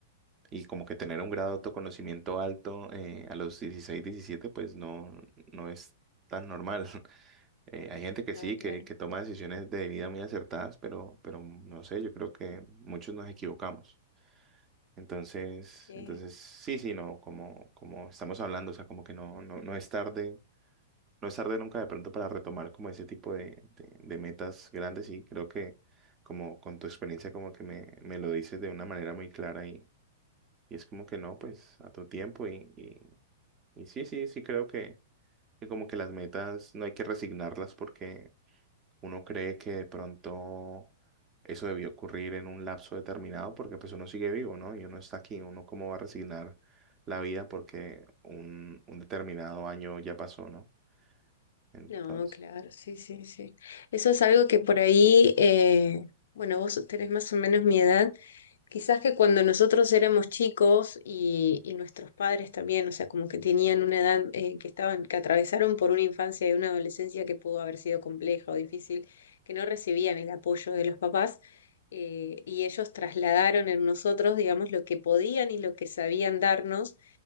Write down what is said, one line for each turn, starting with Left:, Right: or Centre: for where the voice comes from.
Right: Y como que tener un grado de autoconocimiento alto eh, a los 16 17 pues no, no es tan normal. <laughs> Eh, hay gente que
Left: no,
Right: sí,
Left: claro,
Right: que, que toma decisiones de vida muy acertadas, pero, pero no sé, yo creo que muchos nos equivocamos. Entonces,
Left: sí.
Right: entonces sí, sí, no, como, como estamos hablando, o sea, como que no, no, no es tarde, no es tarde nunca de pronto para retomar como ese tipo de, de, de metas grandes y creo que como con tu experiencia como que me, me lo dices de una manera muy clara y es como que no, pues a tu tiempo. Y, y, y sí, sí, sí creo que, que como que las metas no hay que resignarlas porque uno cree que de pronto eso debió ocurrir en un lapso determinado porque pues uno sigue vivo, ¿no? Y uno está aquí, uno cómo va a resignar la vida porque un, un determinado año ya pasó, ¿no? Entonces,
Left: No, claro, sí, sí, sí. Eso es algo que por ahí, eh, bueno, vos tenés más o menos mi edad. Quizás que cuando nosotros éramos chicos y, y nuestros padres también, o sea, como que tenían una edad eh, que estaban, que atravesaron por una infancia y una adolescencia que pudo haber sido compleja o difícil, que no recibían el apoyo de los papás, eh, y ellos trasladaron en nosotros, digamos, lo que podían y lo que sabían darnos.